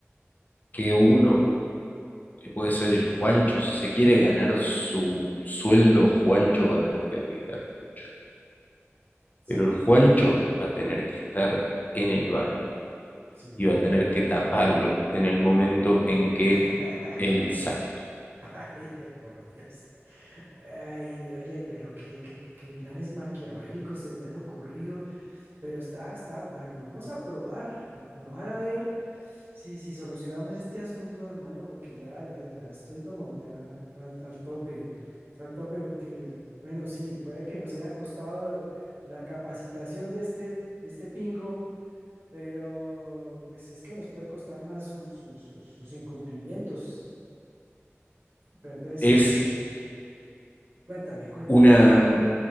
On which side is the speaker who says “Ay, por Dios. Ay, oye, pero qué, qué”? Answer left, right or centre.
Right